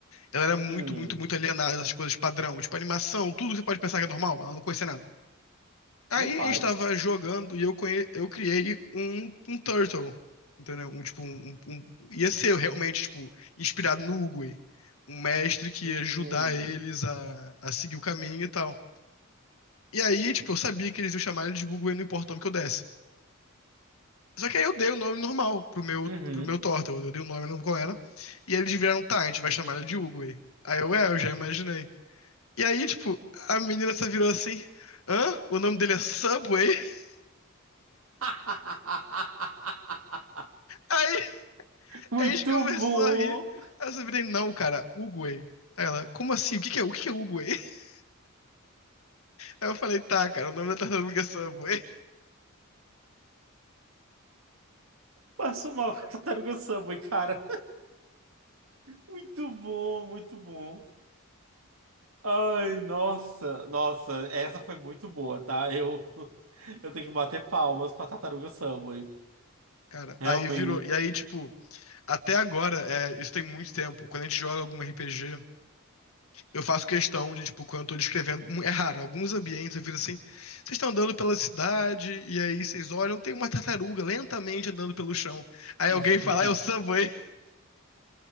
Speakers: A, on the left (about 80°); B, on the right (about 75°).
A: Ela era muito,
B: Hum.
A: muito, muito alienada dessas coisas padrão, tipo animação, tudo que você pode pensar que é normal, ela não conhecia nada. Aí
B: Meu pai.
A: a gente tava jogando e eu, conhe... eu criei um, um Turtle, entendeu? Um, tipo, um, um- um, Ia ser realmente, tipo, inspirado no Uguay. Um mestre que
B: Uhum.
A: ia ajudar eles a, a seguir o caminho e tal. E aí, tipo, eu sabia que eles iam chamar ele de Uguay, não importa o nome que eu desse. Só que aí eu dei o nome normal pro meu,
B: Uhum.
A: pro meu Turtle. Eu dei o nome, não lembro qual era. E eles vieram, tá, a gente vai chamar ele de Uguay. Aí eu, é, eu já imaginei. E aí, tipo, a menina só virou assim, hã? O nome dele é Subway? <laughs>
B: <laughs>
A: Aí
B: Muito
A: Aí a gente começou
B: bom.
A: a rir. Aí eu só virei, não, cara, Uguay. Aí ela, como assim? O que que é, o que que é Uguay? <laughs> Aí eu falei, tá, cara, o nome da tartaruga é Subway.
B: Passo mal com a tartaruga Subway, cara. Muito bom, muito bom. Ai, nossa, nossa, essa foi muito boa, tá? Eu, <laughs> eu tenho que bater palmas pra tartaruga Subway.
A: Cara,
B: Realmente.
A: aí virou. E aí, tipo, até agora, é, isso tem muito tempo. Quando a gente joga algum RPG, eu faço questão de, tipo, quando eu tô descrevendo, hum, é raro, alguns ambientes eu viro assim, vocês estão andando pela cidade, e aí vocês olham, tem uma tartaruga lentamente andando pelo chão. Aí
B: <laughs>
A: alguém fala, é o Subway.